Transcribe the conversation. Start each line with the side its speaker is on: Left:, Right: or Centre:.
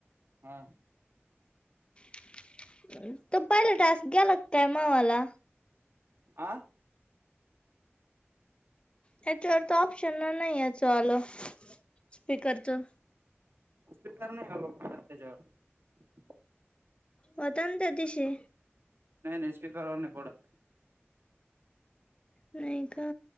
Right: हा.
Left: <inaudible> पहिले टास्क गेला काय मा वाला.
Right: आं
Left: त्याच्यावर तर ऑप्शन नाही याचं आलं. स्पीकरचं.
Right: उपकारने नाय अलो पात त्याच्यावर
Left: होता ना त्या तिशी.
Right: नाही नाही स्पीकर ऑन नाही पडत.
Left: नाही का.